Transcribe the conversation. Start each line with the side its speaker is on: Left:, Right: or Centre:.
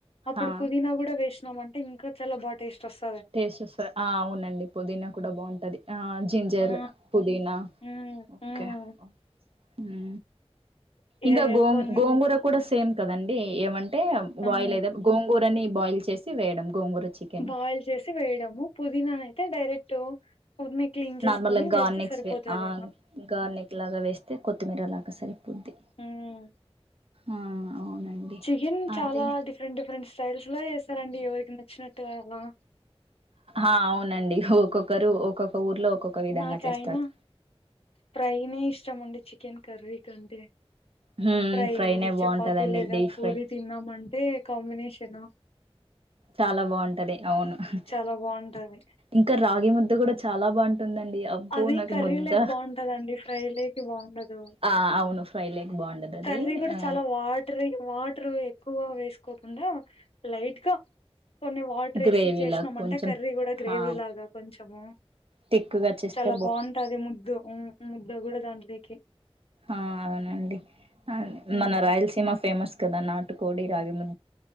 Left: అప్పుడు
Right: ఆ!
Left: పుదీనా కూడా వేసీ న్నాం అంటే ఇంకా చాల బా టేస్ట్ వస్తుంది
Right: టేస్ట్ వస్తది ఆ అవునండి పుదీనా కూడా బాగుంటది ఆ జింజర్
Left: ఆ
Right: పుదీనా
Left: హ్మ్
Right: ఓకే
Left: హ్మ్
Right: ఓ ఉ
Left: ఏ
Right: ఇంకా గో
Left: కొన్
Right: గోంగూర కూడా సేమ్ కదండి ఏమం అంటే
Left: హ్మ్
Right: బాయిల్ గోంగూరని బాయిల్ చేసి వేయడం గోంగూర చికెన్
Left: బాయిల్ చేసి వేయడము పుదీనాన అయితే డైరెక్ట్ ఉరినే క్లీన్ చేసుకొని
Right: నార్మల్ గా గార్నిెక్స్
Left: వేస్తే సరిపోతది.
Right: ఆ గార్నిెక్ లాగా వేస్తే కొత్తిమీర లాగా సరి బుద్ధి
Left: హ్మ్
Right: ఆ అవునండి
Left: చికెన్ చాలా
Right: అదే
Left: డిఫరెంట్ డిఫరెంట్ స్టైల్స్ లో చేస్తారండి ఎవరికి నచ్చినట్టు అలా
Right: ఆ అవునండి ఒక్కొక్కరు ఒక్కొక్క ఊర్లో ఒక్కొక్క విధంగా
Left: నాకయనా
Right: చేస్తారు
Left: ఫ్రైనే ఇష్టం అండి చికెన్ కర్రీ కంటే
Right: హ్మ్
Left: ట్రై
Right: ఫ్రైనే బాగుంటదండి
Left: చపాతి లేదా
Right: డీప్
Left: పూరీ
Right: ఫ్రై
Left: తిన్నామంటే కాంబినేషన్
Right: చాలా బాగుంటది అవును హా
Left: చాలా బాగుంటది
Right: ఇంకా రాగి ముద్ద గుడ చాలా బాగుంటుందండి. అబ్బో
Left: అది
Right: నాకు
Left: కర్రీ
Right: ముద్ద
Left: లేక బాగుంటదండి ఫ్రై లేకి బాగుండదు
Right: ఆ అవును ఫ్రై లేక్ బాగుండదు అది
Left: కర్రీ కూడా
Right: ఆ
Left: చాలా వాటరీ వాటర్ ఎక్కువ వేసుకోకుండా లైట్ గా కొన్ని వాటర్
Right: గ్రేవీలా
Left: ఎసి చేసినామ
Right: కొంచెం
Left: అంటే కర్రీ కూడా గ్రేవీ
Right: ఆ
Left: లాగా కొంచము
Right: తిక్కుగా చేస్తే
Left: చాలా బాగుంటది ముద్దు ముద్ద కూడా దాంట్లోకి
Right: ఆ అవునండి న
Left: హ్మ్.
Right: మన రాయలసీమ ఫేమస్ కదా నాటుకోడి రాగిము